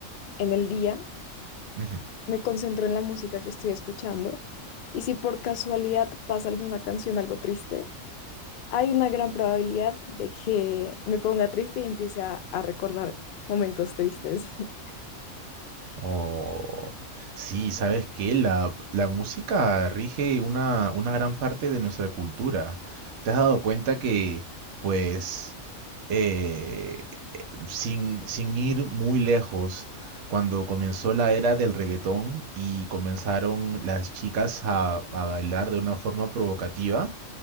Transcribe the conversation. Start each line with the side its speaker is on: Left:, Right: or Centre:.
Left: en el día,
Right: Ujú.
Left: me concentro en la música que estoy escuchando. Y si por casualidad pasa alguna canción algo triste, hay una gran probabilidad de que me ponga triste y empiece a, a recordar momentos tristes. <laughs>
Right: Oh, sí, sabes que la, la música rige una, una gran parte de nuestra cultura. ¿Te has dado cuenta que, pues, eh, sin, sin ir muy lejos, cuando comenzó la era del reggaetón y comenzaron las chicas a, a bailar de una forma provocativa,